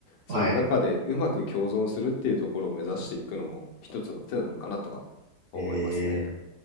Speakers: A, on the left; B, on the right.
A: その中でうまく共存するっていうところを目指していくのも一つの手なのかなとは思いますね。
B: はい。ええ